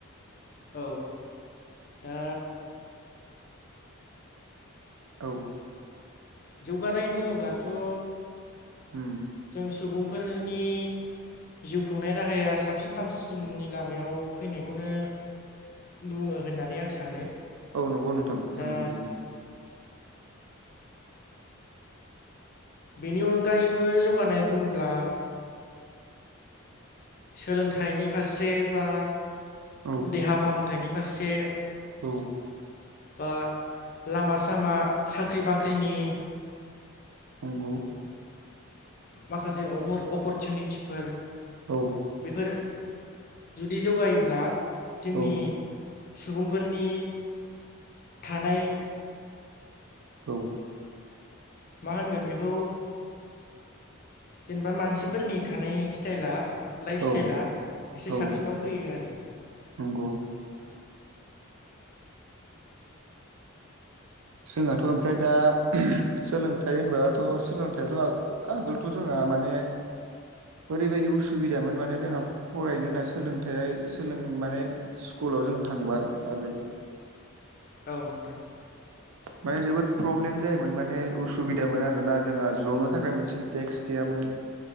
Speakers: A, on the left (about 40°); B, on the right (about 75°).
A: औ दा
B: औ
A: जौगानाय बुङोब्लाथ'
B: उम
A: जों सुबुंफोरनि जिउ खुंनाय राहाया साबसिन हामसिननि लामायाव फैनायखौनो बुङो होननानै आं सानो।
B: औ नंगौ नोंथां
A: दा
B: होनो बिदिनो।
A: बेनि अनगायैबो जौगानाय बुङोब्ला सोलोंथाइनि फारसे बा
B: औ
A: देहा फाहामथायनि फारसे
B: औ
A: बा लामा सामा साख्रि बाख्रिनि
B: नंगौ
A: माखासे अबर अफरतिनिटिफोर
B: औ
A: बेफोरो जुदि जौगायोब्ला जोंनि
B: औ
A: सुबुंफोरनि थानाय
B: औ
A: मा होनगोन बेखौ जेनेबा मानसिफोरनि थानाय सिटायला लायफ
B: औ
A: सिटायला एसे
B: औ
A: साबसिनाव फैयो आरो।
B: नंगौ। जोंहाथ' ओमफ्राय दा सोलोंथाइ होनबाथ' सोलोंथायाथ' आगोलथ' जोंहा माने ओरै बायदि उसुबिदामोन माने जोंहा फरायनो होनना सोलोंथाइ सोलों माने स्कुलाव जों थांबा आगोल
A: औ नोंथां।
B: माने जोबोद प्रब्लेम जायोमोन। माने उसुबिदामोन आरो ना जोंहा जनो थाखाय मोनसे देक्स गैयामोन।